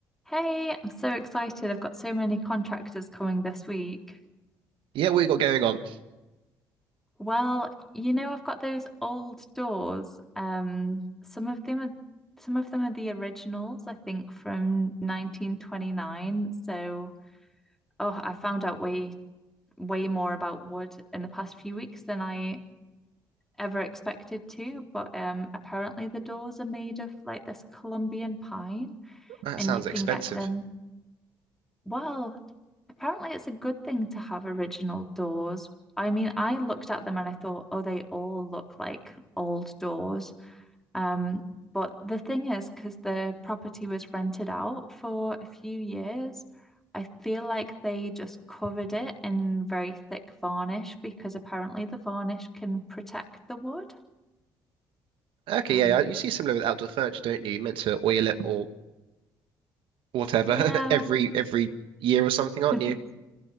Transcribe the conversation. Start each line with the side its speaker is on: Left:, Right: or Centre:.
Centre: Hey, I'm so excited. I've got so many contractors coming this week.
Right: Yeah, what you got going on?
Centre: Well, you know, I've got those old doors. Um, some of them are some of them are the originals, I think, from 1929. So, oh, I found out way way more about wood in the past few weeks than I ever expected to, but um apparently the doors are made of like this Colombian pine
Right: That
Centre: and
Right: sounds
Centre: you can
Right: expensive.
Centre: get them Well, apparently it's a good thing to have original doors. I mean, I looked at them and I thought, oh, they all look like old doors. Um, but the thing is, because the property was rented out for a few years, I feel like they just covered it in very thick varnish because apparently the varnish can protect the wood.
Right: Okay,
Centre: Um,
Right: yeah, yeah, you see similar with outdoor furniture, don't you? You're meant to oil it or whatever
Centre: yeah.
Right: <laughs> every every year or something, aren't
Centre: <laughs>
Right: you?